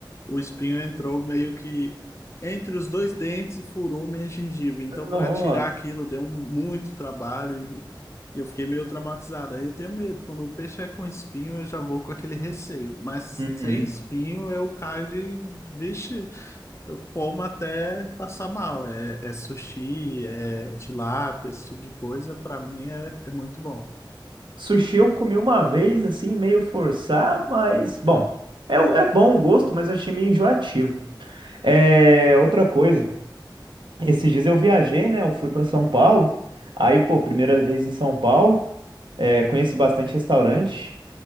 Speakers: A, on the left (about 35°); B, on the right (about 70°).
A: o espinho entrou meio que entre os dois dentes e furou minha gengiva. Então,
B: Nossa.
A: para tirar aquilo, deu um, muito trabalho e e eu fiquei meio traumatizado. Aí eu tenho medo. Quando o peixe é com espinho, eu já vou com aquele receio. Mas
B: Uhum.
A: sem espinho, eu caio de. Vixe, eu como até passar mal. É, é sushi, é tilápia, esse tipo de coisa. Para mim é, é muito bom.
B: Sushi eu comi uma vez, assim, meio forçado, mas bom. É, o- é bom o gosto, mas eu achei meio enjoativo. É, outra coisa. Esses dias eu viajei, né? Eu fui para São Paulo. Aí, pô, primeira vez em São Paulo, é, conheci bastante restaurante.